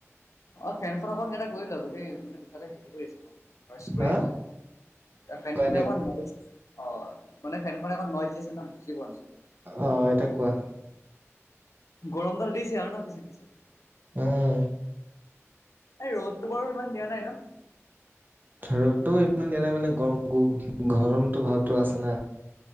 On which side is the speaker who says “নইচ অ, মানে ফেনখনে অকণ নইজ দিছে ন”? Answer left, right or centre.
Left